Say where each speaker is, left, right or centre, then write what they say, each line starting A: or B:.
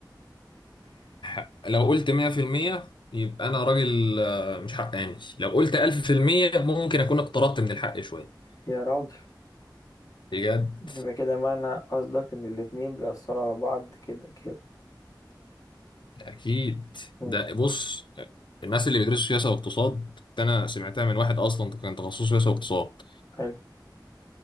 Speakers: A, on the left; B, on the left.
A: <sighs> لو قلت 100% يبقى أنا راجل آه، مش حقاني لو قلت 1000% ممكن أكون اقتربت من الحق شوية
B: يا راجل
A: بجد
B: يبقى كده معنى قصدك ان الاتنين بيأثروا على بعض كده كده
A: أكيد
B: مم.
A: ده بص الناس اللي بيدرسوا سياسة واقتصاد أنا سمعتها من واحد أصلا كان تخصصه سياسة واقتصاد
B: حلو